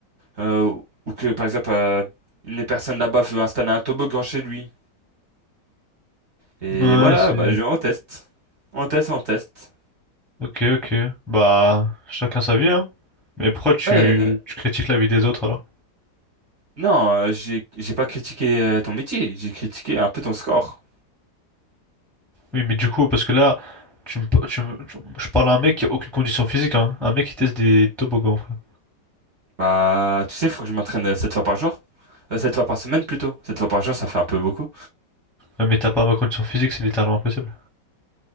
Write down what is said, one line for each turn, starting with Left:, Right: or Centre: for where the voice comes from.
Right: euh, ou que, par exemple, euh, une personne là-bas veut installer un toboggan chez lui. Et
Centre: ouais,
Right: voilà,
Centre: c'est...
Right: bah, je, on teste. On teste, on teste.
Centre: Ok, ok. Bah, chacun sa vie, hein. Mais pourquoi tu,
Right: Ouais, euh,
Centre: tu critiques la vie des autres, alors?
Right: non, euh, j'ai, j'ai pas critiqué euh, ton métier, j'ai critiqué un peu ton score.
Centre: Oui, mais du coup, parce que là, tu me, pa- tu me- tu- je parle à un mec qui a aucune condition physique, hein. Un mec qui teste des toboggans, frère.
Right: Bah, tu sais, faut que je m'entraîne euh, sept fois par jour. Euh, sept fois par semaine plutôt. Sept fois par jour, ça fait un peu beaucoup.
Centre: Ouais, mais t'as pas ma condition physique, c'est littéralement impossible.